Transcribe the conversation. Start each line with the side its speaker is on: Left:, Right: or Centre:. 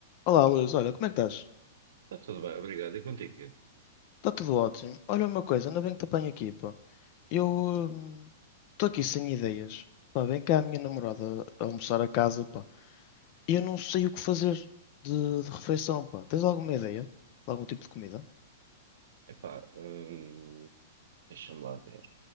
Left: Olá, Luís, olha, como é que estás?
Right: Está tudo bem, obrigado. E contigo, Tiago?
Left: Está tudo ótimo. Olha uma coisa, ainda bem que te apanho aqui, pá. Eu estou aqui sem ideias. Pá, vem cá a minha namorada a almoçar a casa, pá. E eu não sei o que fazer de, de refeição, pá. Tens alguma ideia? De Algum tipo de comida?
Right: Epá, hum, deixa-me lá ver.